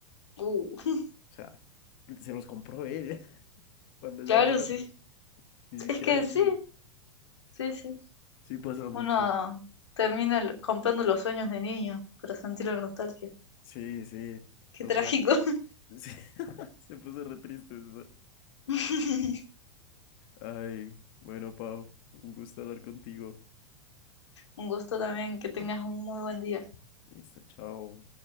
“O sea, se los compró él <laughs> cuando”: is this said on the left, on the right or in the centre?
Left